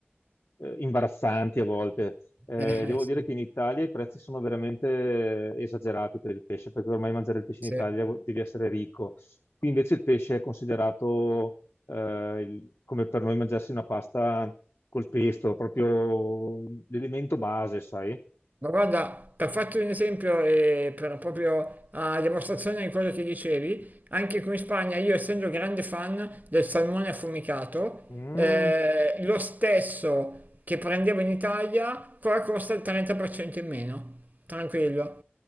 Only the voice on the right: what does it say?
eh,
sì,
sì.
Ma guarda, per farti un esempio e per proprio a dimostrazione di quello che dicevi, anche qui in Spagna, io essendo grande fan del salmone affumicato,
eh, lo stesso che prendevo in Italia, qua costa il 30% in meno, tranquillo.